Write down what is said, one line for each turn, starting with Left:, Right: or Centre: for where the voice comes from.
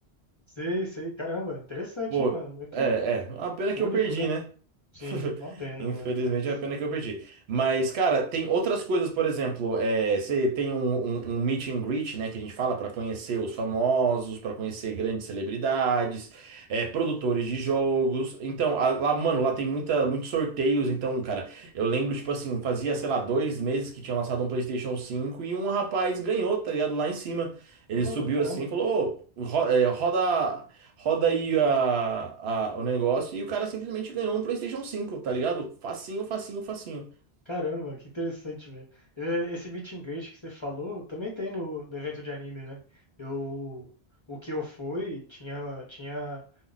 Left: Sei, sei. Caramba, interessante,
Right: Pô,
Left: hein, mano? Muito
Right: é, é. A pena que
Left: único,
Right: eu perdi,
Left: né?
Right: né?
Left: Sim,
Right: <laughs>
Left: uma pena,
Right: Infelizmente
Left: mano, mas
Right: é a pena que eu perdi. Mas,
Left: muito fato.
Right: cara, tem outras coisas, por exemplo, é, você tem um, um, um meet and greet, né, que a gente fala para conhecer os famosos, para conhecer grandes celebridades, é, produtores de jogos. Então, a- lá, mano, lá tem muita, muitos sorteios. Então, cara, eu lembro, tipo assim, fazia, sei lá, dois meses que tinha lançado um PlayStation cinco e um rapaz ganhou, tá ligado? Lá em cima. Ele
Left: Oh,
Right: subiu
Left: caramba.
Right: assim e falou: Ô, ro- é, roda. Roda aí a, a- o negócio e o cara simplesmente ganhou um PlayStation cinco tá ligado? Facinho, facinho, facinho.
Left: Caramba, que interessante, velho. É, Esse meet and greet que você falou também tem no, no evento de anime, né? Eu, o que eu fui tinha, tinha